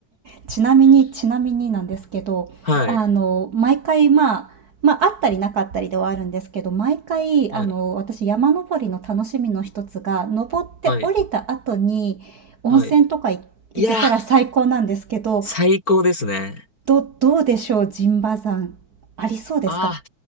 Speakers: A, on the right (about 40°); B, on the left (about 25°).
A: ちなみに、ちなみになんですけど、
B: はい。
A: あの、毎回まあ、まあ、あったりなかったりではあるんですけど、毎回、
B: はい。
A: あの、私山登りの楽しみの一つが、登って降りた後に温泉とかい行けたら最高なんですけど、
B: はい。はい。いやー、最高ですね。
A: ど、どうでしょう、陣馬山。ありそうですか
B: ああ、